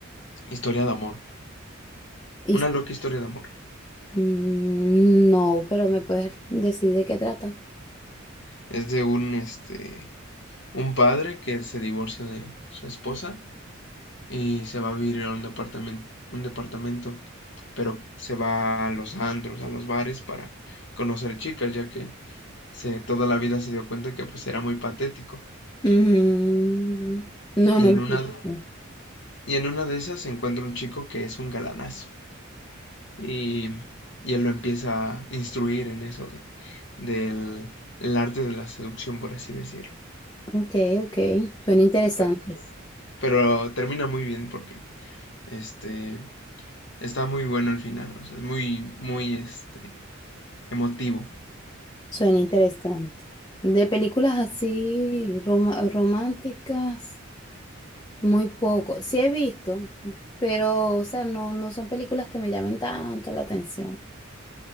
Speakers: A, on the left; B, on the left.
A: Historia de amor.
B: Y-
A: Una loca historia de amor.
B: Mm, no, pero me puedes decir de qué trata.
A: Es de un, este, un padre que se divorcia de su esposa y se va a vivir a un departamento, un departamento, pero se va a los antros, a los bares para conocer chicas, ya que se, toda la vida se dio cuenta que pues era muy patético.
B: Mm, no,
A: Y
B: no
A: en
B: lo he
A: una,
B: visto.
A: y en una de esas se encuentra un chico que es un galanazo y, y él lo empieza a instruir en eso de, del el arte de la seducción, por así decirlo.
B: Ok, ok. Suena interesante.
A: Pero, pero termina muy bien porque este está muy bueno el final, o sea, es muy, muy este emotivo.
B: Suena interesante. De películas así roma- románticas, muy poco. Sí he visto, pero o sea, no, no son películas que me llamen tanto la atención.